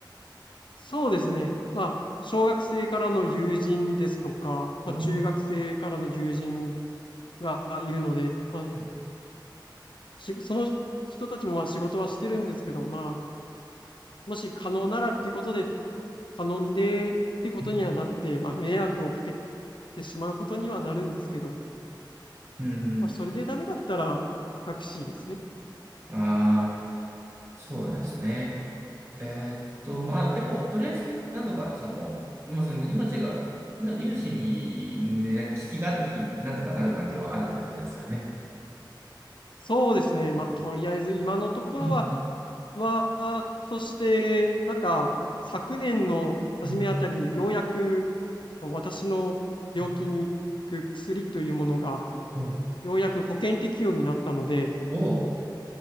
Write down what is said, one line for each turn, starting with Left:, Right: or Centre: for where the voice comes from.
Left: そうですね。まあ、小学生からの友人ですとか、
Right: おー、
Left: まあ、中学生からの友人がいるので、まあ、
Right: はい。
Left: しその人たちもまあ仕事はしてるんですけど、まあ、もし可能ならっていうことで頼んでっていうことにはなって、
Right: うん、
Left: まあ、迷惑をかけてしまうことにはなるんですけど、
Right: うん、
Left: まあ、それでダメだったらタクシーですね。
Right: うん。ああ、そうですね。えーっと、まあ、でも、とりあえずね、なんとか、その、まあ、その、命が、命命にねなんか危機があったときに、なんとかなる環境はあるってことですよね。
Left: そうですね。まあ、とりあえず今のところは
Right: うん、
Left: は、そして、なんか、昨年の初めあたりにようやく、
Right: うん、
Left: その私の病気に効く薬というものが、
Right: はい。おー、
Left: ようやく保険適用になったので、
Right: おー、